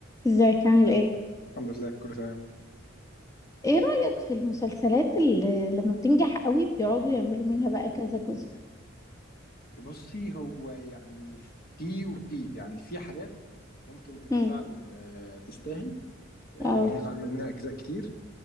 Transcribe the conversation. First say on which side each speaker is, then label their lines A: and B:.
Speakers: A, on the left; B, on the left.
A: ازيك عامل ايه؟
B: الحمد لله كله تمام
A: ايه رأيك في المسلسلات اللي لما بتنجح قوي بيقعدوا يعملوا منها بقى كذا جزء؟
B: بصي هو يعني في وفي يعني في حاجات ممكن تبقى
A: امم
B: فعلا آه، تستاهل آه،
A: اه
B: ان هي يتعمل منها اجزاء كتير